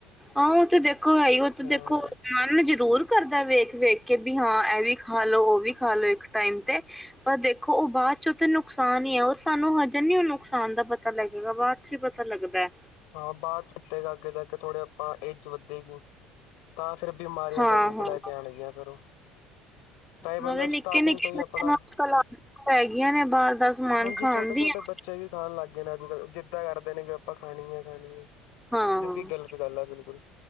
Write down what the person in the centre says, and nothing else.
ਆਹੋ ਉਹ ਤੇ ਦੇਖੋ ਹੈਈ ਉਹ ਤੇ
ਦੇਖੋ। ਮਨ ਜ਼ਰੂਰ ਕਰਦਾ ਵੇਖ -ਵੇਖ ਕੇ ਵੀ ਹਾਂ ਇਹ ਵੀ ਖਾ ਲੋੋ ਉਹ ਵੀ ਖਾ ਲੋ ਇੱਕ ਟਾਈਮ ਤੇ! ਪਰ ਦੇਖੋ ਉਹ ਬਾਅਦ ਚ ਉਹ ਤਾਂ ਨੁਕਸਾਨ ਹੀ ਹੈ, ਉਹ ਸਾਨੂੰ ਹਜੇ ਨੀ ਉਹ ਨੁਕਸਾਨ ਦਾ ਪਤਾ ਲੱਗੇਗਾ, ਬਾਅਦ ਪਿਛੋਂ ਹੀ ਪਤਾ ਲੱਗਦਾ।
ਹਾਂ
ਹਾਂ
ਨਾਲੇ ਨਿੱਕੇ
-ਨਿੱਕੇ
ਬੱਚਿਆਂ
ਨੂੰ ਅੱਜ ਕਲ ਤਾਂ ਆਦਤਾਂ ਪੈ ਗਈਆਂ ਨੇ, ਬਾਹਰ ਦਾ ਸਮਾਨ
ਖਾਣ
ਦੀਆਂ।
ਹਾਂ